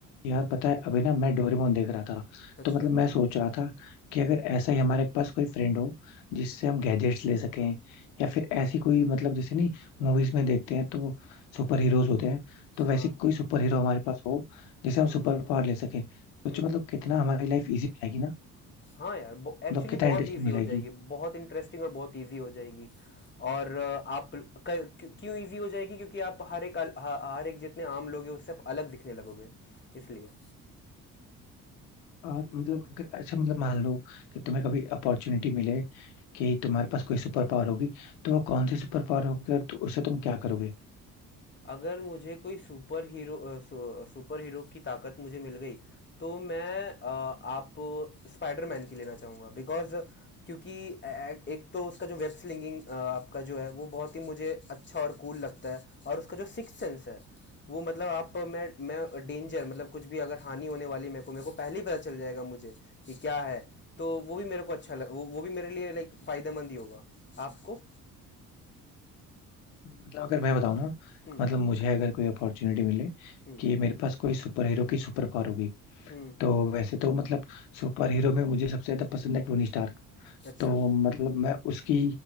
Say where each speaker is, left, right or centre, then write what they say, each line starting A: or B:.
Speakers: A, on the left; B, on the left.
A: यार पता है अभी ना मैं डोरेमोन देख रहा था
B: अच्छा,
A: तो मतलब मैं सोच रहा था कि अगर ऐसा ही हमारे पास कोई फ्रेंड हो जिससे हम गैजेट्स ले सकें या फिर ऐसी कोई मतलब जैसे नहीं मूवीज में देखते हैं तो सुपर हीरोज होते हैं तो
B: हाँ।
A: वैसे कोई सुपर हीरो हमारे पास हो जिसे
B: हुँ,
A: हम सुपर पावर ले सकें सोचो
B: हुँ।
A: मतलब कितना हमारी लाइफ इजी हो जाएगी ना
B: हाँ यार, ब एक्चुअली
A: मतलब कितना
B: बहुत
A: इंटरेस्टिंग
B: ईज़ी
A: हो
B: हो
A: जाएगी
B: जाएगी, बहुत इंटरेस्टिंग और बहुत ईज़ी हो जाएगी और अ, आप क क्यों क्यों ईज़ी हो जाएगी क्योंकि आप हर एक अल ह हर एक जितने आम लोग हैं उससे आप अलग दिखने लगोगे, इसलिए।
A: और मतलब अगर अच्छा मतलब मान लो कि तुम्हें कभी अपॉर्चुनिटी मिले कि तुम्हारे पास कोई सुपर पावर होगी तो वो कौन सी सुपर पावर होगी और तु- उससे तुम क्या करोगे
B: अगर मुझे कोई सुपर हीरो अ, सु, सुपर हीरो की ताकत मुझे मिल गई तो मैं अ, आप स्पाइडरमैन की लेना चाहूँगा बिकॉज़ क्योंकि ए- एक तो उसका जो वेब स्लिंगिंग आपका जो है वो बहुत ही मुझे अच्छा और कूल लगता है और उसका जो सिक्स सेंस है वो मतलब आप मैं मैं डेंजर मतलब कुछ भी अगर हानि होने वाली मेरे को मेरे को पहले ही पता चल जाएगा मुझे कि क्या है तो वो भी मेरे को अच्छा लग वो, वो भी मेरे लिए लाइक फ़ायदेमंद ही होगा आपको
A: मतलब अगर मैं बताऊं ना
B: हम्म
A: मतलब मुझे अगर कोई अपॉर्चुनिटी मिले
B: हम्म
A: कि मेरे पास कोई सुपर हीरो की सुपर पावर होगी
B: हम्म
A: तो वैसे तो मतलब सुपर हीरो में मुझे सबसे ज्यादा पसंद है टोनी स्टार्क
B: अच्छा
A: तो मतलब मैं उसकी